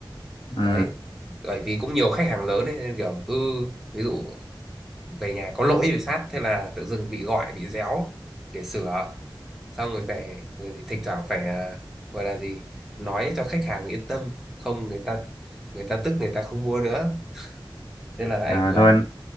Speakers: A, on the left; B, in the centre.
A: ừ
B: đấy bởi vì cũng nhiều khách hàng lớn ấy, nên kiểu cứ ví dụ về nhà có lỗi bị sát thế là tự dưng bị gọi bị réo để sửa xong rồi về rồi thì thỉnh thoảng phải à, gọi là gì nói cho khách hàng yên tâm không người ta người ta tức người ta không mua nữa nên là, là ảnh
A: à,
B: hưởng
A: thôi